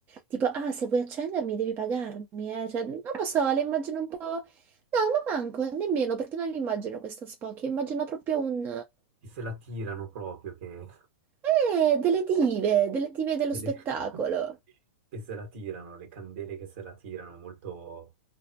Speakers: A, on the right (about 25°); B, on the right (about 55°).
A: tipo, ah, se vuoi accendermi devi pagarmi, eh? Cioè, non lo so, le immagino un po'... No, ma manco, nemmeno, perché non le immagino questo spocchio, immagino proprio un...
B: che se la tirano proprio, che,
A: eh, delle dive, delle dive dello
B: delle-
A: spettacolo.
B: <laughs> che se la tirano, le candele che se la tirano, molto...